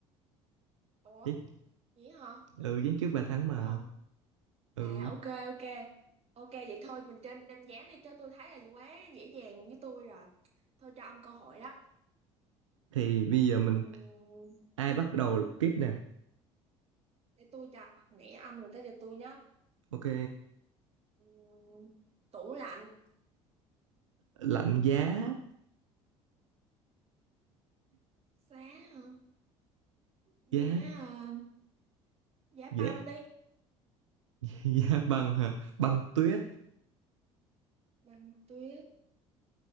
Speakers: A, on the right (about 40°); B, on the right (about 80°).
A: ủa
B: dán,
A: gì hả
B: ừ dán trước bà thắng mà
A: phải không
B: ừ
A: À ok ok Ok vậy thôi mình chơi đơn giản đi cho tôi thấy là quá dễ dàng với tôi rồi Thôi cho ông cơ hội đó
B: thì bây giờ mình
A: Ừm,
B: ai bắt đầu tiếp nè
A: Để tôi cho Nãy ông rồi tới giờ tôi nhá
B: ok
A: Ừm, Tủ lạnh
B: lạnh giá
A: Giá hả? Giá
B: giá
A: ờ, Giá
B: giá
A: băng đi
B: giá <laughs> băng hả băng tuyết
A: Băng tuyết